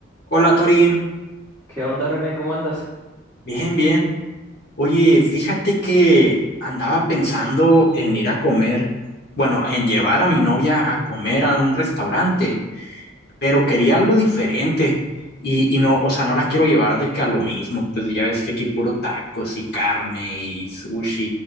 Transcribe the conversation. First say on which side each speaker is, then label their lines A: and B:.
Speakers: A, on the left; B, on the left.
A: Hola Torín,
B: ¿Qué onda, René? ¿Cómo andas?
A: bien, bien. Oye, fíjate que andaba pensando en ir a comer, bueno, en llevar a mi novia a comer a un restaurante, pero quería algo diferente y, y no, o sea, no la quiero llevar de que a lo mismo, pues ya ves que aquí puro tacos y carne y sushi